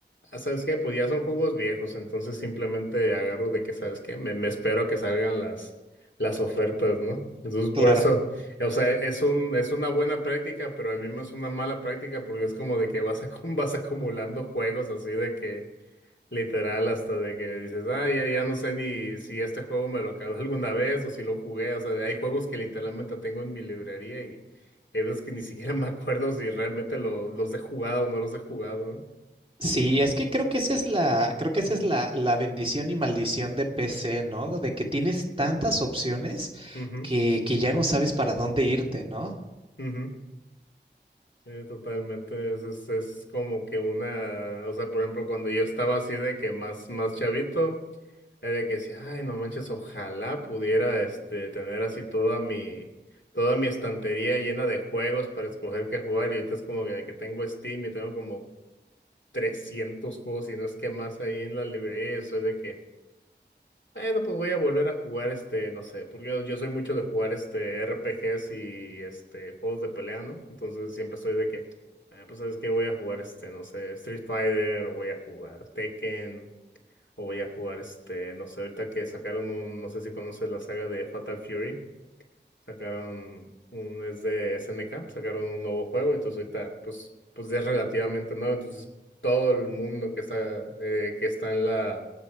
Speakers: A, on the left; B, on the right.
A: Ah, ¿Sabes qué? Pues ya son juegos viejos, entonces simplemente agarro de que, ¿sabes qué? Me, me espero a que salgan las, las ofertas, ¿no? Entonces por
B: Claro.
A: eso, o sea, es un, es una buena práctica, pero al mismo es una mala práctica porque es como de que vas, acum- <laughs> vas acumulando juegos así de que literal hasta de que dices, ah, ya, ya no sé ni si este juego me lo acabé <laughs> alguna vez o si lo jugué, o sea, hay juegos que literalmente tengo en mi librería y hay veces que ni siquiera <laughs> me acuerdo si realmente lo- los he jugado o no los he jugado,
B: Sí, es que creo que esa es la, creo que esa es la, la bendición y maldición de PC, ¿no?
A: ¿no?
B: De que tienes tantas opciones
A: Ujú.
B: que, que ya no sabes para dónde irte, ¿no?
A: Ujú, eh, totalmente, es, es, es como que una, o sea, por ejemplo, cuando yo estaba así de que más, más chavito, era de que decía, ay, no manches, ojalá pudiera, este, tener así toda mi, toda mi estantería llena de juegos para escoger qué jugar, y ahorita es como que de que tengo Steam y tengo como 300 juegos y no es que más ahí en la librería, y soy de que, bueno, pues voy a volver a jugar este, no sé, porque yo, yo soy mucho de jugar este RPGs y este juegos de pelea, ¿no? Entonces siempre estoy de que, ah, pues sabes que voy a jugar este, no sé, Street Fighter o voy a jugar Tekken o voy a jugar este, no sé, ahorita que sacaron un, no sé si conoces la saga de Fatal Fury sacaron un, es de SNK, sacaron un nuevo juego, entonces ahorita, pues, pues ya es relativamente nuevo, entonces todo el mundo que está, eh, que está en la